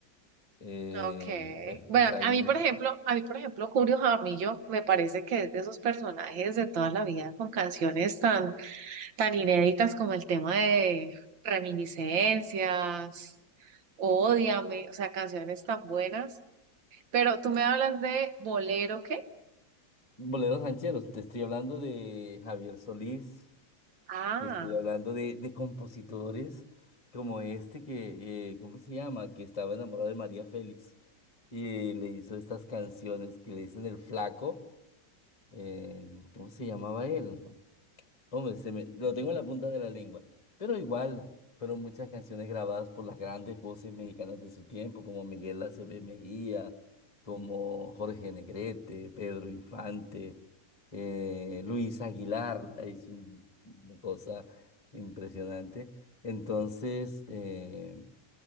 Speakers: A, on the left; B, on the right.
A: Eh,
B: Okay.
A: bueno,
B: Bueno,
A: pues hay
B: a
A: muchos.
B: mí, por ejemplo, a mí, por ejemplo, Julio Jaramillo me parece que es de esos personajes de toda la vida con canciones tan, tan inéditas como el tema de Reminiscencias, Ódiame, o sea, canciones tan buenas. Pero tú me hablas de bolero, ¿qué?
A: Boleros rancheros, te estoy hablando de Javier Solís,
B: Ah,
A: te estoy hablando de, de compositores como este que, eh, ¿cómo se llama? Que estaba enamorado de María Félix y le hizo estas canciones que le dicen El Flaco. Eh, ¿cómo se llamaba él? Hombre, se me, lo tengo en la punta de la lengua. Pero igual, fueron muchas canciones grabadas por las grandes voces mexicanas de su tiempo, como Miguel Aceves Mejía, como Jorge Negrete, Pedro Infante, eh, Luis Aguilar, eh, es un- una cosa impresionante. Entonces, eh,